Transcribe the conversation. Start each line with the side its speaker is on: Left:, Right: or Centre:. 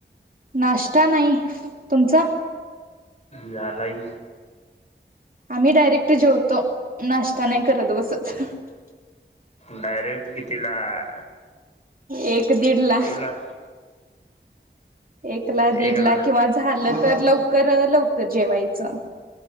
Right: नाश्ता नाही तुमचा?
Left: झालाय.
Right: आम्ही डायरेक्ट जेवतो नाश्ता नाही करत बसत.
Left: डायरेक्ट कितीला?
Right: एक दीड ला.
Left: एकला
Right: एक ला
Left: एकला
Right: दीड ला किंवा झालं तर लवकर लवकर जेवाय च.